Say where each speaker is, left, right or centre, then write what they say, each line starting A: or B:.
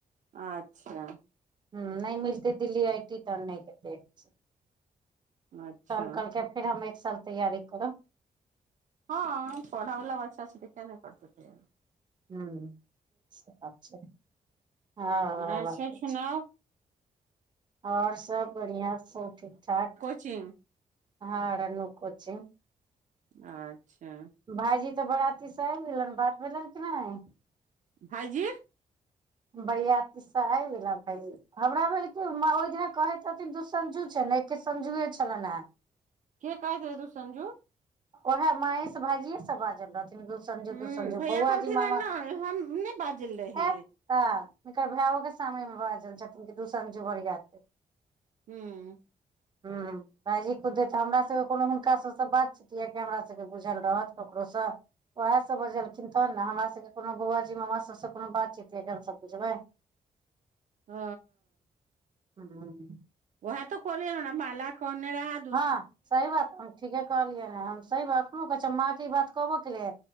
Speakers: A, on the right (about 60°); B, on the right (about 30°).
A: अच्छा।
B: हैं नहि मिलते दिल्ली आइ टी तऽ नहि लतै एडमिशन
A: अच्छा
B: तहन कहलके फेर हम एक साल तैयारी करब।
A: ह पढ़ै वला बच्चा छैय तऽ किया नहि करतै तैयारी
B: ह से बात छैय हा
A: आर
B: आ बाते
A: सब सुनाउ
B: छैय आओर सभ बढ़िया सभ ठीक ठाक
A: अच्छा
B: ह लल्लु कोचिंग
A: अच्छा।
B: भाईजी तऽ बराती से आबि गेलन बात भेलन कि नहि।
A: भाईजी।
B: बराती से आबि गैला भाईजी। हमरा भेल कि ओहि दिना कहै छथिन दू सझु छैय एके सझुए छलनि हैं
A: के कहै छलै दू सझु
B: ओएहे महेश भाईजिये सब बाजल रहथिन दो संझे
A: हूँ
B: के संझे
A: भैया
B: बौआजी
A: कहलथिन
B: मामा
A: ह नहि हम नहि बाजल रही
B: ह हुनकर भायो के सामने मे बाजल छथिन कि दू संझू बरिय
A: हूं
B: हूं भाईजी खुदे हमरा सब कोनो हुनका सबसँ बात चि कियक हमरा सबके बुझल रहत ककरोसँ। वएह सब बजलखिन तहन न हमरा सबके कोनो बौआ जी मामा सबसे कोनो बात चीत हेय जे हम सब बुझबै।
A: अ
B: हूं
A: ओएह त कहलियैन हमरा माला करने रहा
B: हसही बात हम ठीके कहलियै ह हम सही बात एखनो कहै छिय माँ के इ बात कहबो केलियै।